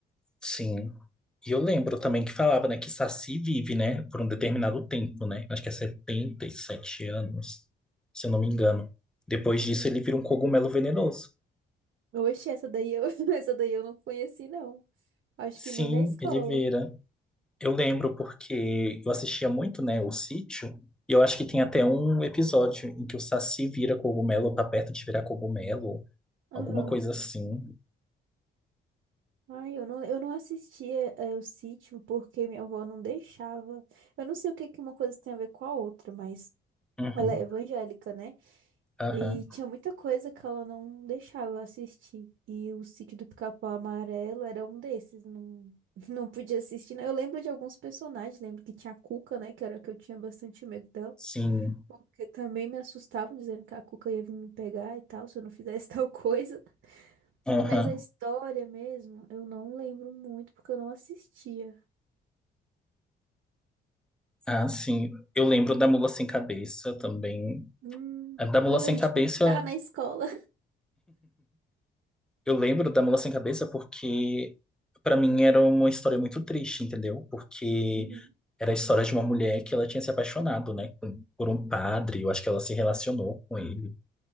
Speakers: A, in the centre; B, on the right (about 70°).
A: Sim. E eu lembro também que falava, né, que Saci vive, né, por um determinado tempo, né? Acho que é 77 anos, se eu não me engano. Depois disso, ele vira um cogumelo venenoso.
B: Oxe, essa daí eu, <laughs> essa daí eu não conheci, não. Acho
A: Sim,
B: que nem na escola.
A: ele vira. Eu lembro porque eu assistia muito, né, O Sítio, e eu acho que tem
B: Eu-
A: até um episódio em que o Saci vira cogumelo, ou tá perto de virar cogumelo,
B: Aham.
A: alguma coisa assim.
B: Ai, eu não, eu não assistia, eh, o sítio porque minha avó não deixava. Eu não sei o que que uma coisa tem a ver com a outra, mas
A: Uhum,
B: ela é evangélica, né?
A: aham,
B: E tinha muita coisa que ela não deixava eu assistir. E o Sítio do Pica-Pau Amarelo era um desses. Não, <laughs> não podia assistir. né? Eu lembro de alguns personagens. Lembro que tinha a Cuca, né? Que era que eu tinha bastante medo dela.
A: sim,
B: Porque também me assustavam dizendo que a Cuca ia vir me pegar e tal, se eu não fizesse <laughs> tal coisa.
A: aham.
B: Mas a história mesmo, eu não lembro muito porque eu não assistia.
A: Ah, sim. Eu lembro da Mula Sem Cabeça também.
B: Hum,
A: A da Mula
B: eu
A: Sem
B: lembro
A: Cabeça
B: de pintar na escola.
A: Eu lembro da Mula Sem Cabeça porque, pra mim, era uma história muito triste, entendeu? Porque
B: <laughs>
A: era a história de uma mulher que ela tinha se apaixonado, né, com- por um padre. Eu acho que ela se relacionou com ele.